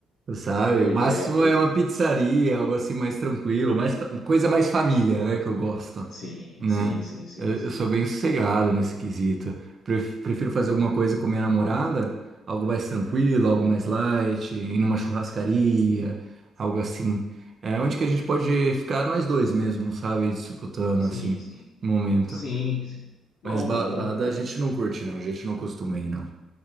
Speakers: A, on the right; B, on the left.
A: Sabe?
B: pois
A: O máximo
B: é, pois
A: é uma
B: é.
A: pizzaria, algo assim mais tranquilo, mais, fa- coisa mais família, né? Que eu gosto,
B: Sim,
A: né?
B: sim, sim, sim,
A: Eu,
B: sim.
A: eu sou bem sossegado nesse quesito. Pref- Prefiro fazer alguma coisa com minha namorada, algo mais tranquilo, algo mais light, ir numa churrascaria, algo assim. É onde que a gente pode ficar nós dois mesmo, sabe? Disputando,
B: Sim,
A: assim,
B: sim.
A: no momento.
B: Sim, sim. Bom,
A: Mas balada
B: bom, bom.
A: a gente não curte, não. A gente não costuma ir, não.